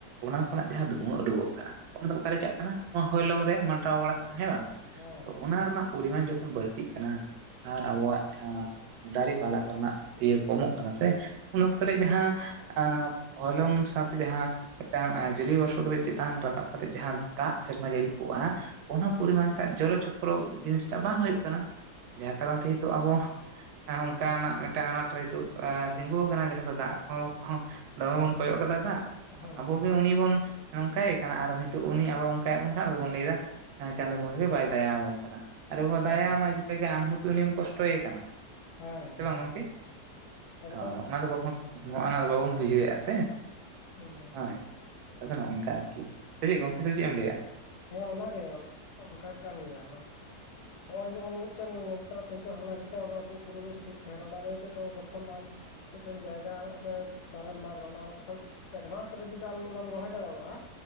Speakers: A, on the right (about 75°); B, on the left (about 80°).
A: ᱚᱱᱟ ᱠᱷᱚᱱᱟᱜ ᱡᱟᱦᱟᱸ
B: ᱦᱮᱸ
A: ᱫᱷᱩᱶᱟᱹ ᱩᱰᱩᱠᱚᱜ ᱠᱟᱱᱟ, ᱚᱱᱟ ᱫᱚ ᱚᱠᱟᱨᱮ ᱪᱟᱜ ᱠᱟᱱᱟ ᱚᱱᱟ ᱦᱚᱭᱞᱚᱝ ᱨᱮ ᱢᱟ ᱦᱟᱛᱟᱣ ᱵᱟᱲᱟᱜ ᱠᱟᱱᱟ ᱦᱮᱸ ᱵᱟᱝ?
B: ᱦᱮᱸ
A: ᱛᱚ, ᱚᱱᱟ ᱨᱮᱱᱟᱜ ᱯᱚᱨᱤᱢᱟᱱ ᱡᱚᱠᱷᱚᱱ ᱵᱟᱹᱲᱛᱤᱜ ᱠᱟᱱᱟ ᱟᱨ ᱟᱵᱚᱣᱟᱜ ᱡᱟᱦᱟᱸ ᱫᱟᱨᱮ ᱯᱟᱞᱟ ᱠᱚᱨᱮᱱᱟᱜ ᱤᱭᱟᱹ ᱠᱚᱢᱚᱜ ᱠᱟᱱᱟ ᱥᱮ ᱩᱱ ᱚᱠᱛᱚ ᱨᱮ ᱡᱟᱦᱟᱸ ᱟᱸ ᱦᱚᱞᱚᱝ ᱥᱟᱶᱛᱮ ᱡᱟᱦᱟᱸ ᱢᱤᱫᱴᱟᱝ ᱡᱩᱞᱤᱳ ᱵᱚᱥᱯᱚ ᱠᱟᱛᱮᱜ ᱪᱮᱛᱟᱱ ᱨᱟᱠᱟᱵ ᱠᱟᱛᱮᱜ ᱡᱟᱦᱟᱸ ᱫᱟᱜ ᱥᱮᱨᱢᱟ ᱡᱟᱹᱲᱤ ᱠᱚᱜᱼᱟᱼᱼ ᱚᱱᱟ ᱯᱚᱨᱤᱢᱟᱱ ᱛᱮ ᱡᱚᱞᱚ ᱪᱚᱠᱨᱚ ᱡᱤᱱᱤᱥᱴᱟᱜ ᱵᱟᱝ ᱦᱩᱭᱩᱜ ᱠᱟᱱᱟ ᱡᱟᱦᱟᱸ ᱠᱟᱨᱚᱱ ᱛᱮ ᱱᱤᱛᱚᱜ ᱟᱵᱚᱼᱼ ᱚᱱᱠᱟᱱᱟᱜ ᱢᱤᱫᱴᱟᱝ ᱟᱸᱱᱟᱴ ᱨᱮᱛᱩᱜ ᱛᱤᱸᱜᱩ ᱟᱠᱟᱱᱟ ᱡᱟᱦᱟᱸ ᱫᱚ ᱫᱟᱜ ᱠᱚᱦᱚᱸᱼᱼ ᱫᱚᱢᱮ ᱵᱚᱱ ᱠᱚᱭᱚᱜ ᱠᱟᱫᱟ ᱫᱟᱜ
B: ᱦᱮᱸ
A: ᱟᱵᱚᱼᱼ ᱩᱱᱤ ᱵᱚᱱ ᱱᱚᱝᱠᱟᱭᱮ ᱠᱟᱱᱟ ᱟᱨ ᱦᱮᱛᱳᱜ ᱩᱱᱤ ᱟᱵᱚ ᱚᱱᱠᱟᱭᱮᱫ ᱵᱚᱱ ᱠᱷᱟᱱ ᱟᱫᱚᱵᱚᱱ ᱞᱟᱹᱭᱫᱟᱼᱼ ᱪᱟᱸᱫᱳ ᱵᱚᱸᱜᱟ ᱜᱮ ᱵᱟᱭ ᱫᱟᱭᱟᱳᱵᱚᱱ ᱠᱟᱱᱟ ᱟᱨᱮ ᱵᱟᱵᱟ
B: ᱦᱮᱸ
A: ᱫᱟᱭᱟᱟᱢᱟᱭ ᱪᱤᱠᱟᱹᱜᱮ ᱟᱢ ᱦᱚᱛᱚ ᱩᱱᱤᱢ ᱠᱚᱥᱴᱚᱭᱮ ᱠᱟᱱᱟ᱾
B: ᱦᱮᱸ
A: ᱥᱮ ᱵᱟᱝ ᱜᱚᱝᱠᱮ
B: ᱮᱠᱫᱚᱢ
A: ᱦᱳᱭ ᱚᱱᱟ ᱫᱚ ᱵᱟᱵᱚᱱᱼᱼ ᱱᱚᱜ ᱚᱱᱟ ᱫᱚ ᱵᱟᱵᱚᱱ ᱵᱩᱡᱷᱟᱹᱣᱮᱫᱼᱟ ᱥᱮ
B: ᱦᱩᱸ
A: ᱦᱳᱭ᱾ ᱟᱫᱚ ᱱᱚ ᱚᱱᱠᱟ ᱟᱨᱠᱤ ᱥᱮ ᱪᱮᱫ ᱜᱚᱝᱠᱮ ᱥᱮ ᱪᱮᱫ ᱮᱢ ᱞᱟᱹᱭᱟ?
B: ᱦᱮᱸ ᱚᱱᱟᱜᱮ ᱚᱱᱠᱟ ᱠᱟᱱ ᱜᱮᱭᱟ ᱟᱫᱚ᱾
A: <unintelligible>
B: ᱱᱚᱜ-ᱚᱭ ᱡᱮᱢᱚᱱ ᱢᱤᱫᱴᱮᱱ ᱱᱮᱛᱨᱟ ᱪᱤᱱᱛᱟᱹ ᱵᱷᱟᱵᱽᱱᱟ ᱡᱟᱛᱮ ᱟᱵᱚ ᱯᱚᱨᱤᱵᱮᱥ ᱴᱷᱤᱠ ᱛᱟᱦᱮᱱᱟ ᱚᱱᱟ ᱞᱟᱹᱭ ᱛᱮᱫᱚ ᱡᱚᱠᱷᱚᱱ ᱟᱢᱼᱼ ᱢᱤᱫᱴᱮᱱ ᱡᱟᱭᱜᱟ ᱨᱮ ᱫᱟᱨᱮᱢ ᱢᱟᱜᱟ ᱚᱱᱟ ᱠᱷᱚᱡᱼᱼ ᱮᱰᱵᱷᱟᱱᱥ ᱨᱮ ᱡᱩᱫᱤ ᱟᱢ ᱚᱱᱟᱢ ᱨᱚᱦᱚᱭ ᱫᱟᱲᱮᱭᱟᱜᱼᱟᱼᱼ